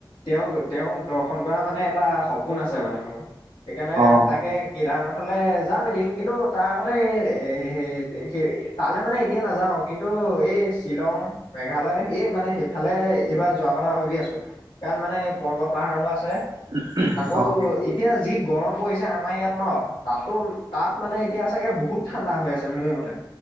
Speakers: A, on the left; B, on the right.
A: তেওঁ গত- তেওঁ দৰ্শন কৰা মানে এটা সপোন আছে মানে মোৰ। সেইকাৰণে
B: অ
A: তাকে কেদাৰনাথ - ফালে যাম এদিন কিন্তু তাৰ আগতে এই সেই তালৈ মানে এতিয়া নাযাওঁ কিন্তু এই শ্বিলং মেঘালয় এই মানে সেই- ফালে এইবাৰ যোৱা কথা ভাবি আছো। কাৰণ মানে পৰ্বত- পাহাৰো আছে।
B: উ, উ,
A: আকৌ
B: অ।
A: এতিয়া যি গৰম পৰিছে আম আমাৰ ইয়াত ন' তাতো তাত মানে এতিয়া চাগে বহুত ঠাণ্ডাহৈ আছে মোৰ মতে